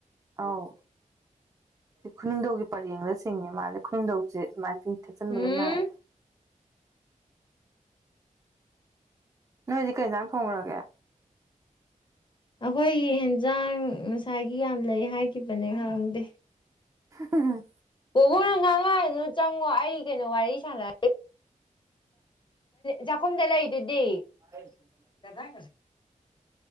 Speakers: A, on the right; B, on the left.
A: ꯑꯧ ꯈꯨꯅꯨꯡꯗꯧꯒꯤ ꯄꯔꯦꯡꯗ ꯆꯤꯡꯉꯦ ꯃꯥꯗꯤ ꯈꯨꯅꯨꯡꯗꯧꯁꯦ ꯁꯨꯃꯥꯏꯅ ꯊꯦꯠꯆꯟꯕꯗ
B: ꯎꯝ
A: ꯅꯥꯏꯌꯦꯕ ꯅꯣꯏꯗꯤ ꯀꯩꯗꯪ ꯐꯣꯡꯈ꯭ꯔꯒꯦ
B: ꯑꯩꯈꯣꯏꯒꯤ ꯌꯦꯟꯖꯥꯡ ꯉꯁꯥꯏꯒꯤ ꯌꯥꯝ ꯂꯩ ꯍꯥꯏꯈꯤꯕꯅꯦ ꯈꯪꯪꯗꯦ
A: ꯎꯝ
B: ꯕꯣꯅ ꯉ ꯉꯥꯏꯅꯣ ꯆꯪꯉꯣ ꯑꯩ ꯀꯩꯅꯣ ꯋꯥꯔꯤ ꯁꯥꯟꯅꯦ ꯆꯥꯛꯈꯨꯝꯗ ꯂꯩꯔꯤꯗꯨꯗꯤ
A: <inaudible>
B: ꯗꯥꯏ